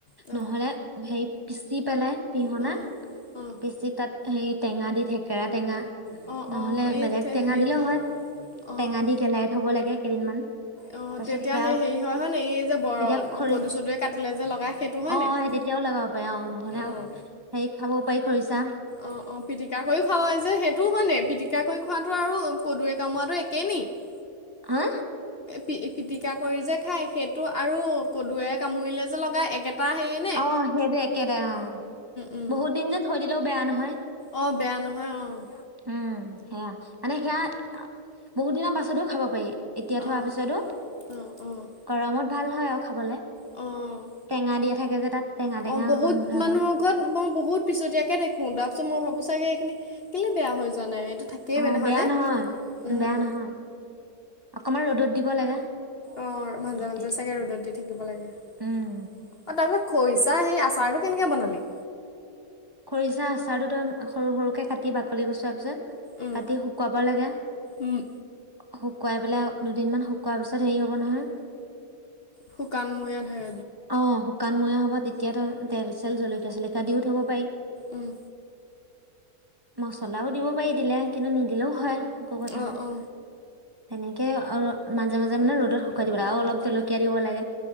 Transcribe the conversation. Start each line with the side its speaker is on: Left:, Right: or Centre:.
Left: অ',
Right: নহ'লে সে পিচি পেলাই পিহনাত
Left: অ', অ',
Right: পিচি তাত সেই টেঙা দি থেকেৰা টেঙা
Left: অ',
Right: নহ'লে
Left: অ', এই
Right: বেলেগ টেঙা
Left: হেৰি
Right: দিলেও হয়। টেঙা
Left: অ',
Right: দি গেলাই থ'ব লাগে কেইদিনমান
Left: অ
Right: তাৰপিছত
Left: তেতিয়া
Right: সেয়া
Left: সেই হেৰি হয় হয় নে এই যে বৰল
Right: তেতিয়া খৰি
Left: কদু চদুয়ে কাটিলে যে লগাই সেইটো হয়
Right: অ
Left: নাই!
Right: অ' সেই তেতিয়াও লগাব পাৰি। নহ'লে আৰু
Left: অ',
Right: হেৰিত খাব পাৰি খৰিছা।
Left: অ অ পিটিকা কৰিও খাৱা হয় যে সেইটোও হয় নেকি? পিটিকা কৰি খোৱাটো আৰু কদু কামোৱাটো একেই নেকি?
Right: হা?
Left: পি পিটিকা কৰি যে খায় সেইটো আৰু কদুৱে কামুৰিলে যে লগাই একেটা সেই
Right: অ সেইটো একেটাই অ
Left: উম,
Right: বহুত দিন যে থৈ দিলেও বেয়া নহয়।
Left: অ বেয়া নহয় অৱ।
Right: উম সেয়া মানে সেয়া বহুত দিনৰ পাছতো খাব পাৰি। এতিয়া
Left: অ',
Right: থোৱাৰ পিছতো
Left: অ', অ',
Right: গৰমত ভাল হয় আৰু খাবলে।
Left: অ'।
Right: টেঙা দিয়া থাকে যে তাত টেঙা
Left: অ
Right: টেঙা
Left: বহুত
Right: অকমান ভাব
Left: মানুহৰ
Right: হয়।
Left: মই বহুত পিছতীয়াকে দেখোঁ তাৰপিছত মই ভাবোঁ চাগে এইখিনি কেলে বেয়া হৈ যোৱা নাই এইটো থাকেই
Right: অ
Left: মানে হয়নে
Right: বেয়া নহয়
Left: উম
Right: বেয়া নহয় অকমান ৰ'দত দিব লাগে।
Left: অৱ মাজে
Right: ৰ'দত
Left: মাজে
Right: দি থাক
Left: চাগে ৰ'দত দি থাকিব লাগে। অ
Right: উম
Left: তাৰপিছত খৰিচা সেই আচাৰটো কেনেকে বনালি
Right: খৰিচা আচাৰটো তই সৰু সৰুকে কাটি বাকলি গুচোৱাৰ পিছত
Left: উম
Right: কাটি শুকুৱাব লাগে
Left: উম
Right: শুকুৱাই পেলাই দুদিন মান শুকোৱাৰ পিছত হেৰি হ'ব নহয়
Left: শুকান ময়াহে
Right: অ শুকানময়া হ'ব তেতিয়াতো তেল চেল জলকীয়া চলকীয়া দিও থব পাৰি
Left: উম
Right: মচলাও দিব পাৰি দিলে কিন্তু নিদিলেও হয় একো কথা
Left: অ
Right: নাই
Left: অ
Right: তেনেকে আৰু মাজে মাজে মানে ৰ'দত শুকুৱাই দিব লাগে আৰু অলপ জলকীয়া দিব লাগে